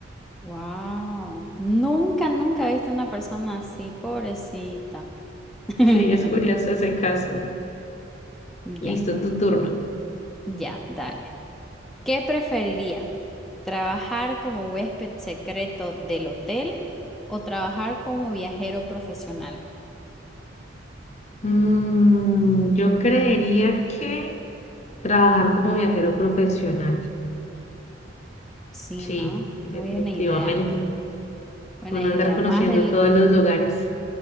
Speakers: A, in the centre; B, on the left.
A: Wow, nunca, nunca he visto una persona así, pobrecita. <laughs>
B: Sí, es curioso ese caso.
A: Ya,
B: Listo, tu turno.
A: ya, dale. ¿Qué preferiría? ¿Trabajar como huésped secreto del hotel o trabajar como viajero profesional?
B: Mm, yo creería que trabajar como viajero profesional.
A: Sí,
B: Sí,
A: ¿no?
B: definitivamente.
A: Buena idea, buena
B: Bueno,
A: idea.
B: andar conociendo
A: Más del,
B: todos los lugares.